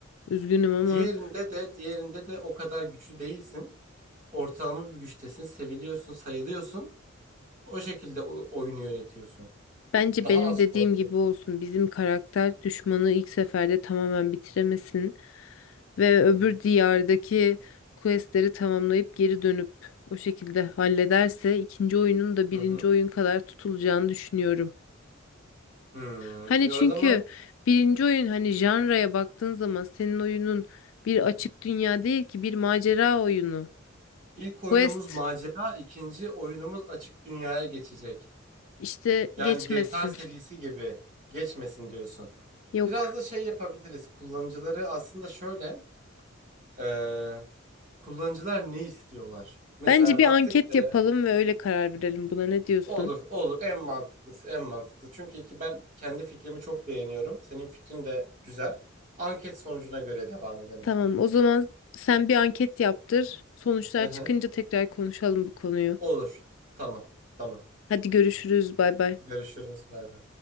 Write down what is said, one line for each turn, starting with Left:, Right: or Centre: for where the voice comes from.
Left: Üzgünüm ama.
Right: Diğerinde de diğerinde de o kadar güçlü değilsin. Ortalama bir güçtesin, seviliyorsun, sayılıyorsun. O şekilde o- oyunu yönetiyorsun.
Left: Bence
Right: Daha
Left: benim
Right: az
Left: dediğim
Right: korku.
Left: gibi olsun. Bizim karakter düşmanı ilk seferde tamamen bitiremesin ve öbür
Right: Hı hı.
Left: diyardaki questleri tamamlayıp geri dönüp o şekilde hallederse ikinci oyunun da
Right: Hı
Left: birinci
Right: hı.
Left: oyun kadar tutulacağını düşünüyorum.
Right: Hmm.
Left: Hani
Right: Ya
Left: çünkü
Right: O zaman
Left: birinci oyun hani janraya baktığın zaman senin oyunun bir açık dünya değil ki bir macera oyunu.
Right: ilk oyunumuz
Left: Quest
Right: macera, ikinci oyunumuz açık dünyaya geçecek.
Left: işte
Right: Yani
Left: geçmesin.
Right: G T A serisi gibi geçmesin diyorsun.
Left: Yok.
Right: Biraz da şey yapabiliriz. Kullanıcıları aslında şöyle, eee, kullanıcılar ne istiyorlar? Mesela
Left: Bence bir
Right: baktık,
Left: anket
Right: eee,
Left: yapalım ve öyle karar verelim buna. Ne diyorsun?
Right: olur, olur, en mantıklısı, en mantıklısı. Çünkü ki ben kendi fikrimi çok beğeniyorum. Senin fikrin de güzel. Anket sonucuna göre devam edelim.
Left: Tamam, o zaman sen bir anket yaptır. Sonuçlar
Right: Hı hı.
Left: çıkınca tekrar konuşalım bu konuyu.
Right: Olur, tamam, tamam.
Left: Hadi görüşürüz, bay bay.
Right: Görüşürüz. Bay bay.